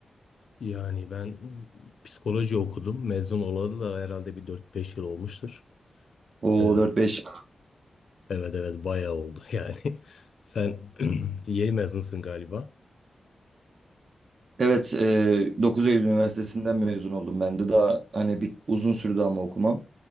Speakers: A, on the left; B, on the right.
A: Yani ben psikoloji okudum. Mezun olalı da herhalde bir dört beş yıl olmuştur.
B: O
A: E,
B: dört beş.
A: evet evet bayağı oldu <laughs> yani. Sen <clears throat> yeni mezunsun galiba.
B: Evet e, 9 Eylül Üniversitesi'nden mezun oldum ben de. Daha hani bir uzun sürdü ama okumam.